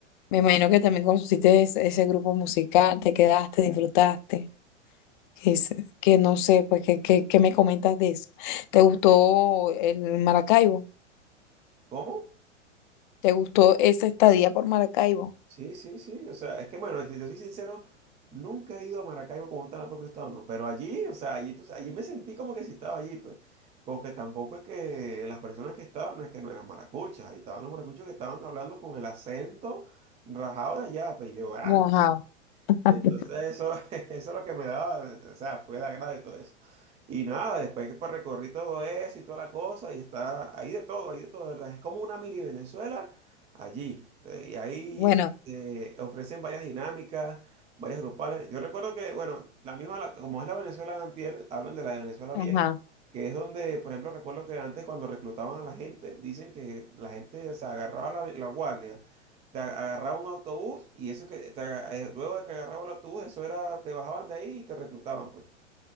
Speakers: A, on the left; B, on the right.
A: me imagino que también conociste ese, ese grupo musical, te quedaste, disfrutaste. Que, es- que no sé, pues, ¿qué qué- qué me comentas de eso? ¿Te gustó el Maracaibo?
B: ¿Cómo?
A: ¿Te gustó esa estadía por Maracaibo?
B: Sí, sí, sí. O sea, es que bueno, si te soy sincero, nunca he ido a Maracaibo como está en el propio estado, no. Pero allí, o sea, allí, tú- allí me sentí como que si estaba allí, pues. Porque tampoco es que las personas que estaban, no es que no eran maracuchas, ahí estaban los maracuchos que estaban hablando con el acento rajado de allá, pues yo, "Ah,
A: Ajá. <laughs>
B: entonces eso, <laughs> eso es lo que me daba, o sea, fue el agrado y todo eso. Y nada, después que pues recorrí todo eso y toda la cosa, y está, ahí de todo, ahí de todo, de ¿verdad? Es como una mini Venezuela allí. Eh, Y ahí
A: Bueno,
B: este, ofrecen varias dinámicas, varias grupales. Yo recuerdo que, bueno, la misma, la- como es la Venezuela de antier, hablan de la de Venezuela vieja
A: ajá.
B: que es donde, por ejemplo, recuerdo que antes cuando reclutaban a la gente, dicen que la gente se agarraba la, la guardia, te a- agarraba un autobús y eso que te aga- eh, luego de que agarraba el autobús, eso era, te bajaban de ahí y te reclutaban, pues.